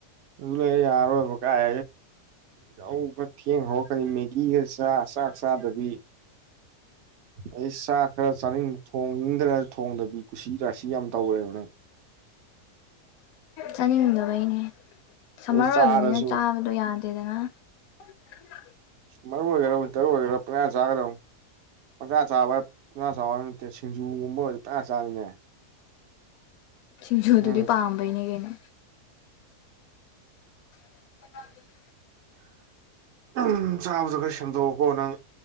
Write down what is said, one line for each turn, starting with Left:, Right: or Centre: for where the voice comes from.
Right: ꯑꯗꯨ ꯂꯩ ꯌꯥꯔꯣꯏꯕ ꯀꯥꯏ ꯌꯥꯎꯕ ꯈꯔꯥ ꯊꯦꯡꯍꯧ ꯀꯔꯤ ꯃꯦꯒꯤꯒ ꯆ ꯆꯥꯛ ꯆꯥꯗꯕꯤ ꯑꯩ ꯆꯥꯛ ꯈꯔ ꯆꯥꯅꯤꯡꯗ ꯊꯣꯡꯅꯤꯡꯗ꯭ꯔ ꯊꯣꯡꯗꯕꯤ ꯀꯨꯁꯤꯗꯥꯁꯤ ꯌꯥꯝ ꯇꯧꯔꯦꯕ ꯅꯪ
Left: ꯆꯥꯅꯤꯡꯗꯕꯩꯅꯦ ꯁꯝꯃꯔ
Right: ꯑꯗꯨ ꯆꯥꯔꯁꯨ
Left: ꯑꯣꯏꯕꯅꯤꯅ ꯆꯥꯕꯗꯣ ꯌꯥꯗꯦꯗꯅ <inaudible>
Right: ꯃꯔ ꯑꯣꯏꯔ ꯇꯔ ꯑꯣꯏꯒꯦꯔꯌꯥ ꯆꯥꯒ꯭ꯔ ꯄꯪ ꯆꯥꯕ ꯄꯖꯥ ꯆꯥꯕꯕ ꯅꯠꯇꯦ ꯁꯤꯡꯖꯨꯒꯨꯝꯕ ꯑꯣꯏꯔꯗꯤ ꯄꯥ ꯆꯥꯔꯤꯅꯦ
Left: ꯁꯤꯡꯖꯨꯗꯨꯗꯤ
Right: ꯎꯝ
Left: ꯄꯥꯝꯕꯩꯅꯦ ꯀꯩꯅꯣ <inaudible>
Right: ꯎꯝ ꯆꯥꯕꯗ ꯈꯔ ꯁꯦꯝꯗꯣꯛꯑꯣꯀꯣ ꯅꯪ